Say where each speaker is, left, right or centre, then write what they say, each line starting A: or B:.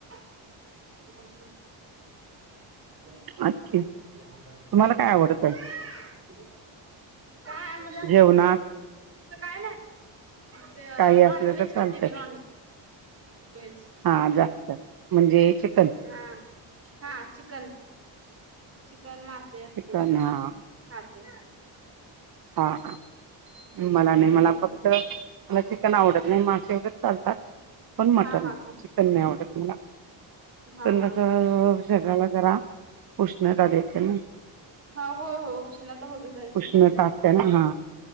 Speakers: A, on the right; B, on the right.
A: <unintelligible> <unintelligible>
B: आणखी तुम्हाला काय आवडतंय
A: म्हणजे
B: जेवलात.
A: काय नाही ते
B: काही असलं
A: नॉन व्हेज
B: तर
A: खाती
B: चालतंय
A: मी नॉन व्हेज. व्हेज.
B: हा जास्त म्हणजे चिकन
A: हा हा चिकन, चिकन मासे
B: चिकन
A: असतील तर खाते.
B: हा हा हा. मला नाही
A: हम्म
B: मला फक्त मला चिकन आवडत नाही, मासे वगैरे चालतात. पण मटन,
A: हा हा हा
B: चिकन नाही आवडत मला.
A: हा
B: चिकन
A: हा
B: कस
A: हा
B: शरीराला जरा उष्णता देते ना.
A: हा हो हो उष्णता होत त्यांन चिकन
B: हिट
A: मध्ये
B: असते न हा.